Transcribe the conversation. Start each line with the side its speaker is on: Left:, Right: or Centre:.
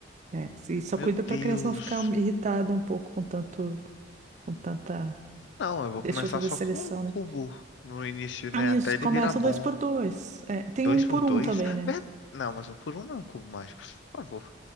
Right: É, e só
Left: Meu
Right: cuida
Left: Deus.
Right: para a criança não ficar irritada um pouco com tanto, com tanta.
Left: Não, eu vou
Right: Deixa
Left: começar
Right: eu fazer
Left: só
Right: a seleção,
Left: com um cubo
Right: né?
Left: no início, né?
Right: Ah, isso,
Left: Até ele
Right: começa
Left: virar bom.
Right: dois por dois. É, tem
Left: Dois
Right: um por
Left: por dois.
Right: um também, né?
Left: Ver- Não, mas um por um não é um cubo mágico. Por favor.